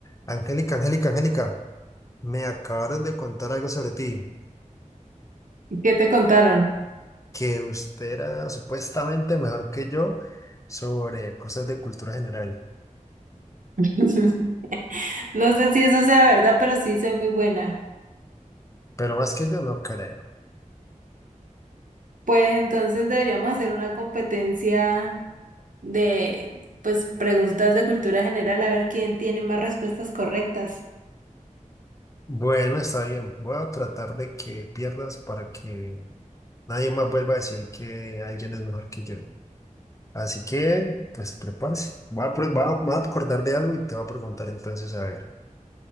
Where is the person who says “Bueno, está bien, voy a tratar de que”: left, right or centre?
Left